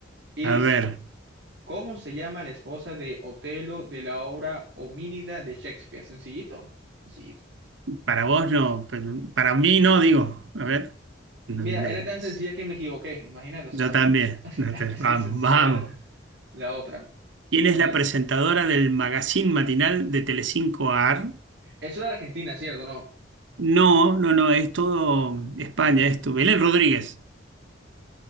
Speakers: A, on the right; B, on the right.
A: Y
B: a
A: dice,
B: ver,
A: ¿cómo se llama la esposa de Otelo de la obra Homínida de Shakespeare? Sencillito. Sencillito.
B: para vos no, pero para mí no, digo, a ver, ¿dónde
A: Mira, era tan
B: es?
A: sencilla que me equivoqué. Imagínate, o sea,
B: Yo también.
A: <laughs>
B: No te-
A: así
B: Vamos,
A: de sencilla
B: vamos.
A: era la otra.
B: ¿Quién es
A: Dice,
B: la presentadora del magazine matinal de Telecinco AR?
A: eso de Argentina, ¿cierto? No,
B: No, no, no, es todo España, es tu Belén Rodríguez.